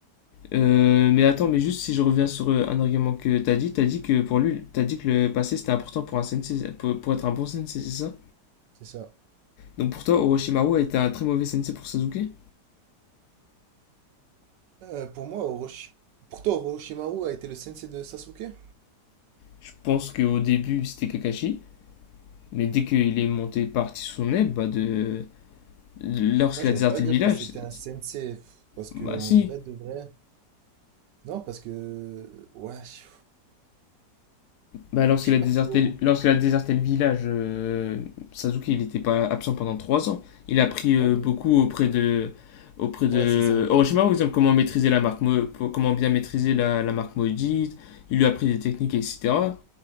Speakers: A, on the left; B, on the right.
A: Euh, mais attends, mais juste si je reviens sur euh, un argument que t'as dit, t'as dit que pour lui, t'as dit que le passé c'était important pour un sensei, pour, pour être un bon sensei, c'est ça?
B: C'est ça.
A: Donc pour toi, Orochimaru a été un très mauvais sensei pour Sasuke?
B: Euh, pour moi, Orochi... pour toi, Orochimaru a été le sensei de Sasuke?
A: Je pense qu'au début c'était Kakashi, mais dès qu'il est monté parti sous son aile, bah de. Lorsqu'il
B: Moi, j'irais
A: a déserté
B: pas dire
A: le village,
B: que c'était
A: c'est-
B: un sensei, pff, parce que
A: bah
B: en
A: si,
B: vrai de vrai, Non, parce que... Ouais, je
A: Bah, lorsqu'il
B: je sais
A: a déserté,
B: pas trop.
A: lorsqu'il a déserté le village, euh, Sasuke, il n'était pas absent pendant trois ans. Il a appris
B: Non,
A: euh,
B: mais...
A: beaucoup auprès de, auprès de
B: Ouais, c'est ça, en fait.
A: Orochimaru, par exemple, comment maîtriser la marque, Mo- comment bien maîtriser la, la marque maudite. Il lui a appris des techniques, etc.